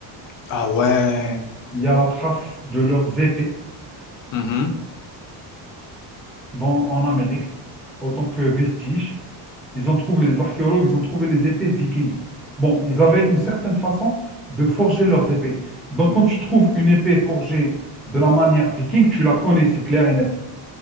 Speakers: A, on the left; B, in the centre.
A: Ah ouais.
B: Il y a la trace de leurs épées
A: Mhm.
B: dans, en Amérique, autant que vestige. Ils ont trouvé les archéologues, ils ont trouvé les épées vikings. Bon, ils avaient une certaine façon de forger leurs épées. Donc, quand tu trouves une épée forgée de la manière viking, tu la connais, c'est clair et net.